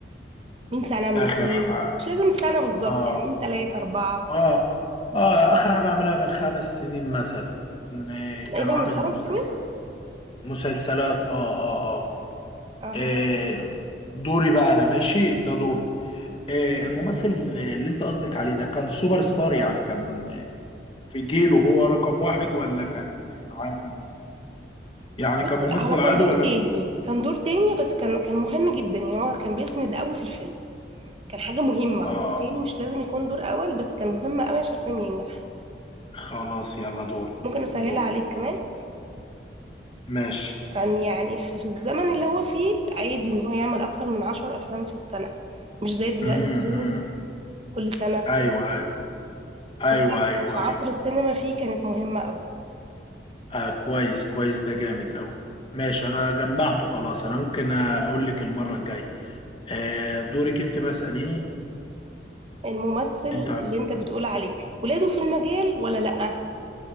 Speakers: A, on the right (about 30°); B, on the left (about 30°).
A: من سنة من
B: اخر
A: اتنين
B: حاجة
A: مش لازم السنة بالظبط
B: اه
A: يعني من تلاتة اربعة
B: اه اه اخر حاجة عملها من خمس سنين مثلا إن كان
A: ايه ده
B: عامل
A: من خمس
B: مسلسل
A: سنين
B: مسلسلات اه اه اه
A: اها
B: آه، دوري بقى انا ماشي ده دوري آه الممثل اللي انت قصدك عليه ده كان سوبر ستار يعني كان آه، في جيله هو رقم واحد ولا كان آه، عادي يعني كان
A: بس
B: ممثل
A: لا هو كان
B: عادي
A: دور
B: ولا
A: تاني
B: ب...
A: كان دور تاني بس كان كان مهم جدا يعني هو كان بيسند قوي في الفيلم كان حاجة مهمة
B: اه
A: دور تاني مش لازم يكون دور اول بس كان مهم قوي عشان الفيلم ينجح
B: خلاص يلا دوري
A: ممكن اسهلها
B: دوري
A: عليك كمان
B: ماشي
A: كان يعني في في الزمن اللي هو فيه عادي ان هو يعمل اكتر من عشر افلام في السنة مش زي دلوقتي
B: امم
A: فيلم كل سنة
B: ايوه ايوه
A: هو
B: ايوه
A: في عصر
B: ايوه
A: السينما فيه كانت مهمة قوي
B: آه كويس كويس ده جامد قوي ماشي انا جمعته خلاص انا ممكن اقول لك المره الجايه آه دورك انت بقى اساليني
A: الممثل
B: انت
A: اللي انت بتقول عليه ولاده في المجال ولا لأ